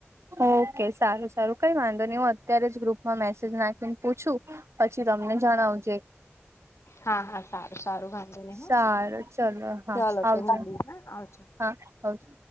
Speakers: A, on the right; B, on the left.
A: ઓકે સારું સારું કઈ વાંધો નહીિ હું અત્યારે જ ગ્રુપમાં મેસેજ નાખીને પૂછું. પછી તમને જણાવજેય
B: હા હા સારું સારું વાંધો નહી હા
A: સારું ચલો હા
B: ચાલો
A: આવજો
B: તો મળીએ હા આવજો.
A: હા <inaudible>